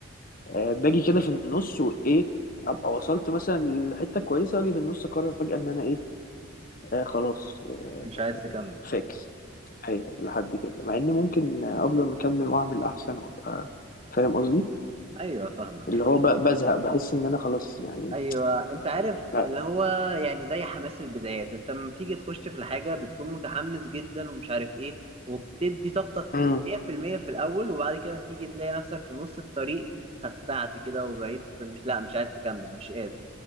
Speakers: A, on the left (about 45°); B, on the right (about 30°).
A: آه، باجي كده في النص وايه ابقى وصلت مثلا لحته كويسه واجي في النص اقرر فجاه ان انا ايه آه خلاص آه
B: مم. مش عايز تكمل
A: فاكس ايوه لحد كده مع اني ممكن آه، افضل مكمل واعمل احسن وابقى فاهم قصدي
B: ايوه فاهمك
A: اللي هو ب- بزهق بحس ان انا خلاص يعني
B: ايوه انت عارف
A: لا
B: اللي هو يعني زي حماس البدايات انت لما بتيجي تخش في الحاجه بتكون متحمس جدا ومش عارف ايه وبتدي طاقتك
A: مم.
B: 100% في المية في الاول وبعد كده تيجي تلاقي نفسك في نص الطريق خسعت كده وبقيت مش لا مش عايز تكمل مش قادر